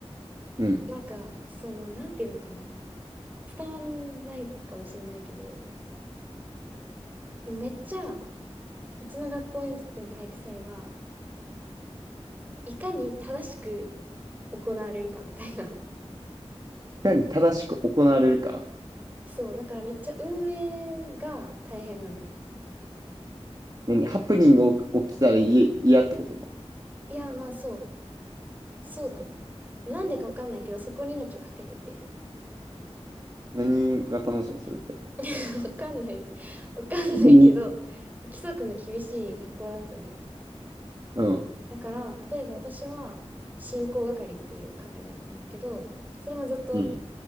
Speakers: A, on the right (about 35°); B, on the right (about 15°).
A: うん。い
B: なんか、その、なんていうのかな。伝わんないかもしれないけど、めっちゃ、うちの学校にとっての体育祭は、いかに正しく行われるかみたいな。
A: かに正しく行われるか。
B: そう、だからめっちゃ運営が大変なのよ。
A: 何ハプニングが起き起きたら嫌嫌ってことな。
B: いや、まあそう、そうだね。なんでかわかんないけど、そこに命をかけてて。
A: 何が楽しいのそれって。
B: <laughs> わかんない。わかんないけど、
A: 何
B: 規則の厳しい学校だったのよ。
A: うん、
B: だから、例えば私は、進行係っていう係だったんだけど、それもずっと
A: うん、